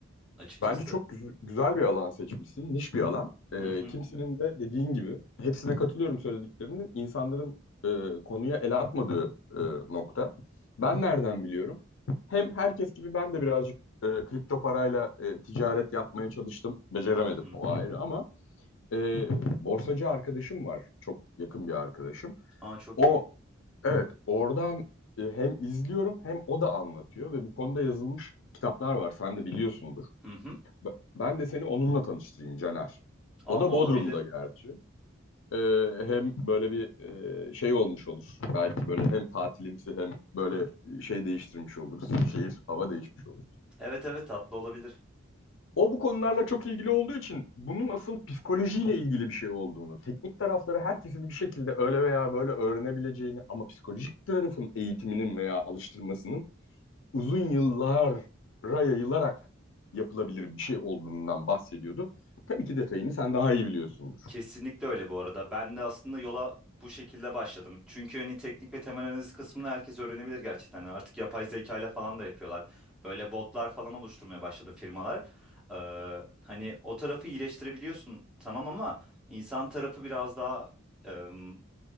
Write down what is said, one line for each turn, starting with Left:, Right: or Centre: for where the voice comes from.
Centre: açıkçası.
Left: Bence çok güz- güzel bir alan seçmişsin, niş bir alan. Ee,
Centre: Hı hı.
Left: kimsenin de dediğin gibi, hepsine katılıyorum söylediklerinin, insanların e, konuya el atmadığı e, nokta. Ben nereden biliyorum? Hem herkes gibi ben de birazcık e, kripto parayla e, ticaret yapmaya çalıştım, beceremedim
Centre: Hı hı.
Left: o ayrı ama e, borsacı arkadaşım var, çok yakın bir arkadaşım.
Centre: Aa çok
Left: O,
Centre: iyi.
Left: evet, oradan e, hem izliyorum hem o da anlatıyor ve bu konuda yazılmış kitaplar var, sen de biliyorsundur.
Centre: Hı hı.
Left: B- Ben de seni onunla tanıştırayım Caner.
Centre: Aa
Left: O da
Centre: olabilir.
Left: Bodrum'da gerçi. Ee, hem böyle bir e, şey olmuş olur. Belki böyle hem tatilimsi hem böyle şey değiştirmiş oluruz. Şehir hava değişmiş olur.
Centre: Evet evet tatlı olabilir.
Left: O bu konularla çok ilgili olduğu için bunun asıl psikolojiyle ilgili bir şey olduğunu, teknik tarafları herkesin bir şekilde öyle veya böyle öğrenebileceğini ama psikolojik tarafın eğitiminin veya alıştırmasının uzun yıllara yayılarak yapılabilir bir şey olduğundan bahsediyordu. Tabii ki detayını sen daha iyi biliyorsundur.
Centre: Kesinlikle öyle bu arada. Ben de aslında yola bu şekilde başladım. Çünkü hani teknik ve temel analiz kısmını herkes öğrenebilir gerçekten. Yani artık yapay zeka ile falan da yapıyorlar. Böyle botlar falan oluşturmaya başladı firmalar. Ee, hani o tarafı iyileştirebiliyorsun tamam ama insan tarafı biraz daha em,